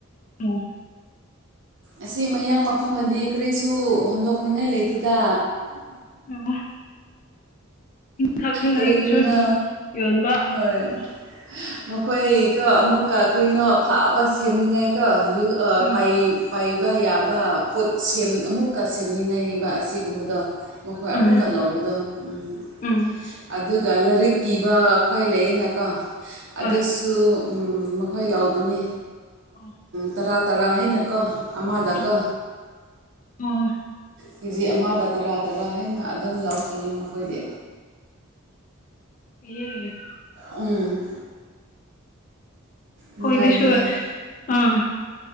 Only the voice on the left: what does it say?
ꯑꯣ
ꯎꯝ ꯊꯛꯅꯤꯡꯉꯥꯏꯒꯤꯁꯨ
ꯌꯣꯟꯕ
ꯎꯝ
ꯎꯝ
ꯎꯝ
ꯍꯣꯏ
ꯑꯣ
ꯎꯝ ꯑꯣ
ꯍꯦ <unintelligible>
ꯑꯩꯈꯣꯏꯗꯁꯨ
ꯑꯝ